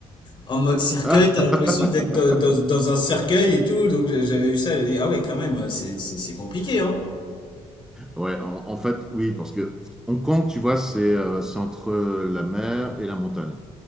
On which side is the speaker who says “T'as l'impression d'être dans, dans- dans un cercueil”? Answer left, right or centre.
Left